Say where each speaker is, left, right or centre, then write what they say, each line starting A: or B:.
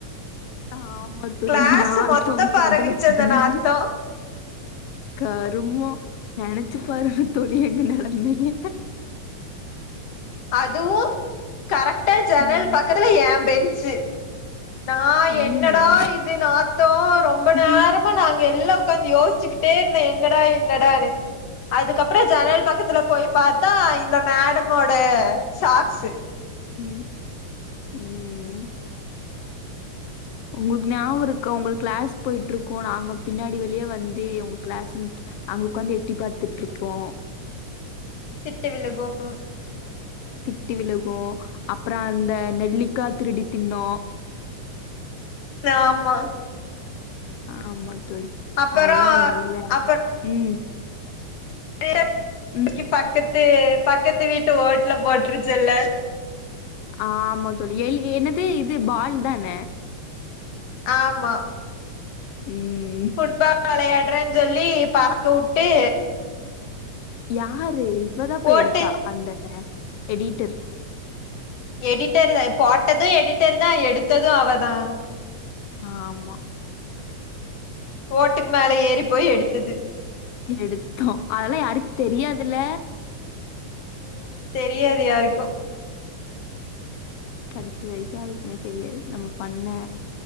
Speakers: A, on the left (about 80°); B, on the left (about 60°).
A: ஆமா தோழி
B: கிளாஸ்
A: நாத்தொ
B: மொத்த பரவிருச்சு
A: கொடல புடுங்கி
B: அந்த நாத்தோ
A: கருமொ நெனச்சு பாருங்க தோழி எங்க நெலமைய
B: அதுவு கரெக்டா ஜன்னல்
A: ம்.
B: பக்கத் ல எ பெஞ்சு நா
A: ம்.
B: என்னடா இது இது நாத்தொ ரொம்ப
A: ம்.
B: நேரமா நாங்க எல்லா உக்காந்து யோச்சுகிட்டே இருந்தே என்னடா என்னடானு அதுக்கப்றொ ஜன்னல் பக்கத்துல போய் பாத்தா இந்த மேடமோட சாக்ஸு
A: ம் ம் உங்ளுக்கு ஞாபொ இருக்க ஒங்களுக் கிளாஸ் போயிட்டு இருக்கு நாங்க பின்னாடி வெளியே வந்து உங்க கிளாஸ்னு அங்க உக்காந்து எட்டி பாத்துட் இருப்போ
B: திட்டு விழுகும்
A: திட்டு விழுகு அப்றொ அந்த நெல்லிக்கா திருடி திண்ணோ
B: ஆமா
A: ஆமா தோழி
B: அப்பறோ
A: அதல்லா நல்ல
B: அப்பறோ
A: ம்
B: <inaudible>
A: ம்.
B: பக்கத்து பக்கத்து வீட்டு ஓட்ல போட்ருச்சல்ல
A: ஆமா தோழி எல் என்னது இது பால் தான
B: ஆமா
A: ம்
B: ஃபுட்பால் வெளயாடுறேன் சொல்லி பறக்க வுட்டு
A: யாரு இவதா போய்
B: ஓட்டு
A: எடுத்தா அந்த எடிட்டர்
B: எடிட்டர் த போட்டது எடிட்டர் தா எடுத்தது அவதா
A: ஆமா
B: ஓட்டுக்கு மேல ஏறி போய் எடுத்தது
A: எடுத்தோ அதலா யாருக்கு தெரியாதுல
B: ம் தெரியாது யாருக்கு
A: கடசி வரிக்கு யாருக்குமே தெரியாது நம்ம பண்ண